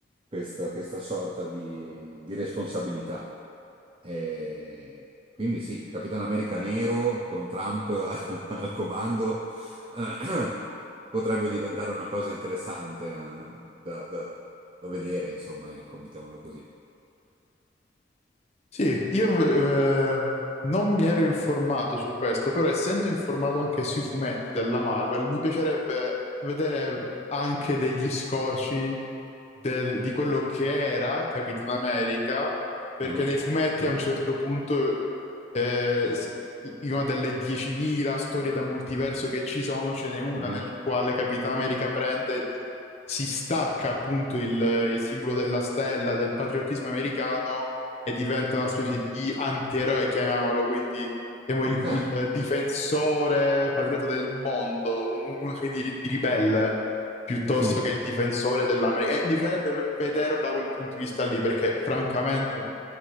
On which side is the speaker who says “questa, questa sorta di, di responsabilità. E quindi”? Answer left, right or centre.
Right